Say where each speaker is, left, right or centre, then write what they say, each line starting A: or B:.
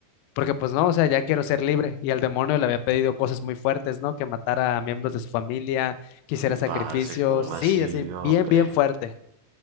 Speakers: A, on the left; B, on the right.
A: porque pues no, o sea, ya quiero ser libre. Y al demonio le había pedido cosas muy fuertes, ¿no? Que matara a miembros de su familia, quisiera
B: Uy,
A: sacrificios.
B: parce, ¿cómo
A: Sí,
B: así,
A: así, bien,
B: hombre?
A: bien fuerte.